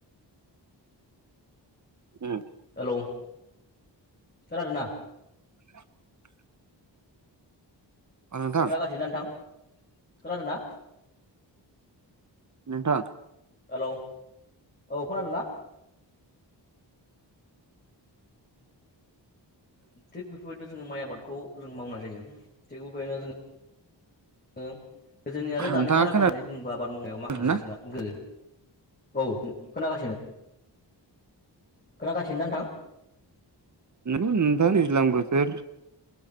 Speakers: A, on the right; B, on the left.
A: उम
B: हेलौ खोनादोंना
A: <inaudible> नोंथां
B: खोनागासिनोना नोंथां खोनादोंना?
A: नोंथां
B: हेल' औ खोनादों ना? थिग बेफोरबायदिनो जोङो माइ आबादखौ जों मावनाय जायो थिग उबायनो जों ओ गोदोनि आरो
A: खोनादों
B: दानि फाराग होननानै बुङोबो आबाद मावनायाव माखासे
A: ना
B: जोंहा गो औ खोनागासिनो खोनागासिनो ना नोंथां
A: नों नोंथांनोस लां बोसोर